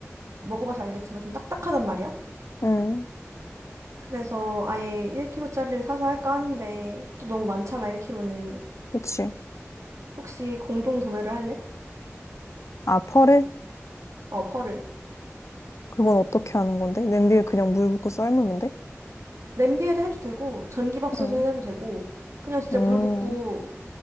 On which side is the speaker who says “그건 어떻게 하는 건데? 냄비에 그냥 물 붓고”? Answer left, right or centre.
Left